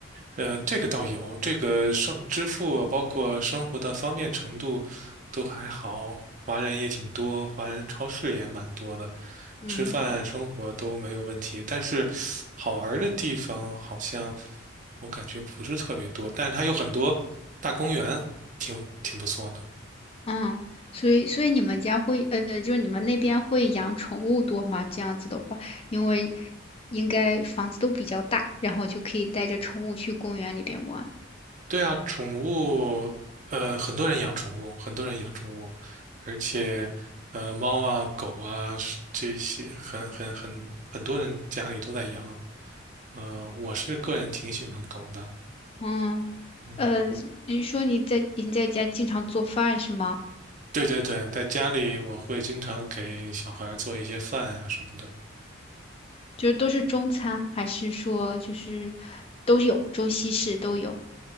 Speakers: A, on the right (about 40°); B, on the left (about 30°).
A: 呃，这个倒有，这个生支付包括生活的方便程度都还好，华人也挺多，华人超市也蛮多的，
B: 嗯。
A: 吃饭生活都没有问题。但是好玩儿的地方好像我感觉不是特别多，但是它有很多大公园，挺挺不错的。
B: 嗯，所以所以你们家会呃，就是你们那边会养宠物多吗？这样子的话，因为应该房子都比较大，然后就可以带着宠物去公园里边玩。
A: 对啊，宠物，呃，很多人养宠物，很多人养宠物，而且，呃，猫啊、狗啊是这些，很很很很多人家里都在养。呃，我是个人挺喜欢狗的。
B: 嗯，
A: 嗯，
B: 呃，你说你在你在家经常做饭是吗？
A: 对对对，在家里我会经常给小孩儿做一些饭呀、什么的。
B: 就是都是中餐，还是说就是都有中西式都有？